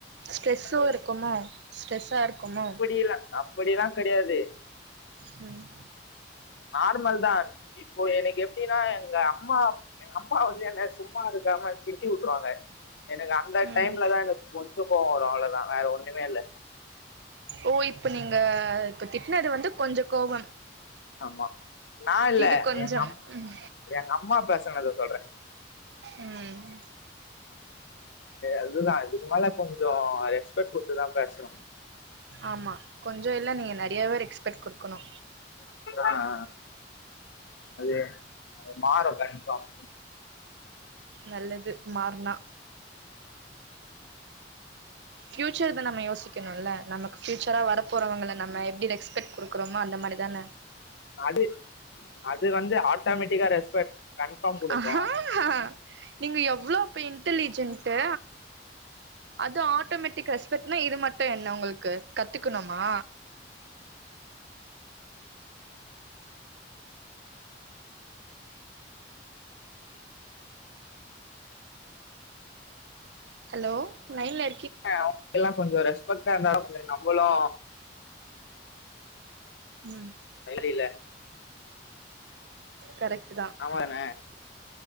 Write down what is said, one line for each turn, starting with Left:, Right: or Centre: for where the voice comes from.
Right: ஸ்ட்ரெஸ்ஸு
Left: அது
Right: இருக்குமோ ஸ்ட்ரெஸ்ஸா இருக்குமோ
Left: புரியல அப் அப்படியெலா கெடயாது
Right: ம்
Left: நார்மல் தா இப்போ எனக்கு எப்டின்னா எங்க அம்மா எங்க அம்மா வந்து என்ன சும்மா இருக்காம திட்டி விட்ருவாங்க எனக்கு அ அந்த
Right: ம்
Left: டைம்ல தா எனக்கு கொஞ்சோ கோவ வரு அவ்ளதா வேற ஒன்னுமே இல்ல
Right: ஓ இப்ப நீங்க திட்னது வந்து கொஞ்சோ கோபம்
Left: ஆமா நா இல்ல
Right: இது கொஞ்சம்
Left: எங்கம்
Right: ம்
Left: எங்க அம்மா பேசுனத சொல்றே
Right: உம்
Left: அதுதா இதுக்கு மேல கொஞ்சோ ரெஸ்பெக்ட் குடுத்து தா பேசனு
Right: ஆமா கொஞ்சோ இல்ல நீங்க நெறயாவே ரெக்ஸ்பெக்ட் குடு க்கனு
Left: ஆ ஆ அது மாறு கண்ஃபாம்
Right: நல்லது மாறுனா பியூச்சர் த நம்ம யோசிக்கணுல்ல நமக்கு பியூச்சரா வர போறவங்கள நம்ம எப்டி ரெஸ்பெட்க்டு குடுக்குறோமோ அந்த மாரி தான
Left: அது அது வந்து ஆட்டோமேட்டிக்கா ரெஸ்பெக்ட் கன்ஃபார்ம் கொடுக்கும்
Right: அஹ ஹ ஹ நீங்க எவ்ளோ அப்ப இன்டலிஜென்ட்டு அது ஆட்டோமேட்டிக் ரெஸ்பெக்ட்னா இது மட்டு என்ன ஒங்களுக்கு கத்துக்கணுமா ஹலோ லைன் ல
Left: அவுங்க எல்லா கொஞ்சோ ரெஸ்பெக்டா இருந்தா தா கொஞ்சோ நம்மளு
Right: உம்
Left: கைல இல
Right: கரெக்ட்டு தா
Left: அவ்ளோ தான